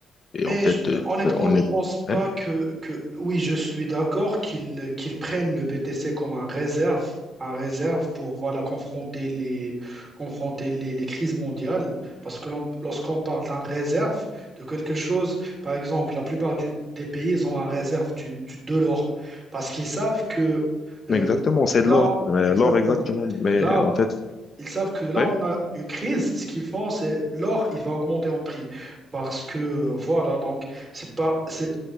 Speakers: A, on the left; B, on the right.
A: et
B: Mais
A: en fait,
B: je-
A: euh,
B: honnêtement,
A: on
B: je
A: est
B: pense pas
A: hein
B: que, que oui, je suis d'accord qu'ils qu'ils prennent le BTC comme un réserve, un réserve pour voilà confronter les confronter les, les crises mondiales. Parce que l'on- lorsqu'on parle d'un réserve de quelque chose, par exemple, la plupart du- des pays ils ont un réserve du, du- de l'or parce qu'ils savent que euh,
A: Exactement, c'est de
B: là
A: l'or, Euh,
B: exactement
A: l'or exactement, mais
B: là
A: en fait,
B: ils savent que là,
A: ouais,
B: on a une crise. Ce qu'ils font, c'est l'or, il va augmenter en prix. Parce que, euh, voilà, donc, c'est pas, c'est